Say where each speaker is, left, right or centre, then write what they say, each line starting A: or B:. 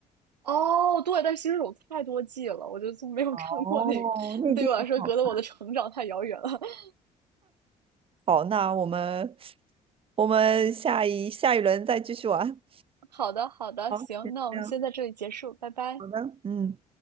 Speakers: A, on the right; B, on the right.
A: 哦，对，但新手太多季了，我就从没有看过那个，
B: 哦，那电影。
A: 对于我来说隔得我的成长太遥远了。
B: 好。
A: <laughs>
B: 好，那我们我们下一下一轮再继续玩。
A: 好的，好的，
B: 好，
A: 行，
B: 先这样，
A: 那我们先在这里结束，拜拜。
B: 好的，嗯。